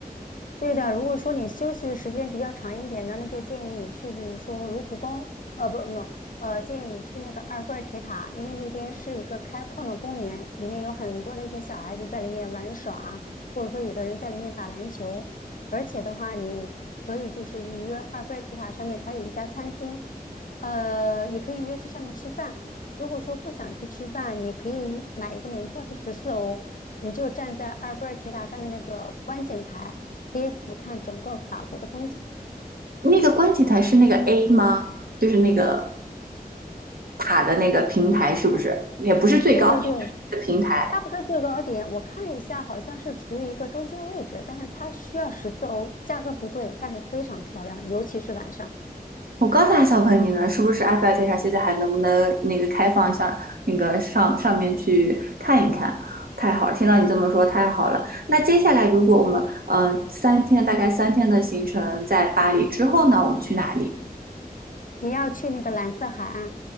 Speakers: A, on the left (about 55°); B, on the right (about 65°).
A: 对的，如果说你休息的时间比较长一点呢，那就建议你去，比如说卢浮宫，呃，不，no，呃，建议你去那个埃菲尔铁塔，因为那边是一个开矿的公园，里面有很多的一些小孩子在里面玩耍啊，或者说有的人在里面打篮球，而且的话，你可以就是预约埃菲尔铁塔上面它有一家餐厅，呃，也可以约去上面吃饭。如果说不想去吃饭，你可以买一个门票是十四欧，你就站在埃菲尔铁塔上面那个观景台。可以俯瞰整个法国的风景。
B: 那个观景台是那个 A 吗？就是那个塔的那个平台是不是？也不是最高点，
A: 对对对，
B: 就是一个平台。
A: 它不是最高点，我看了一下，好像是处于一个中间位置，但是它需要十四欧，价格不贵，但是非常漂亮，尤其是晚上。
B: 我刚才还想问你呢，是不是埃菲尔铁塔现在还能不能那个开放上那个上上面去看一看？太好了，听到你这么说太好了。那接下来如果我们呃三天大概三天的行程在巴黎之后呢，我们去哪里？
A: 你要去那个蓝色海岸，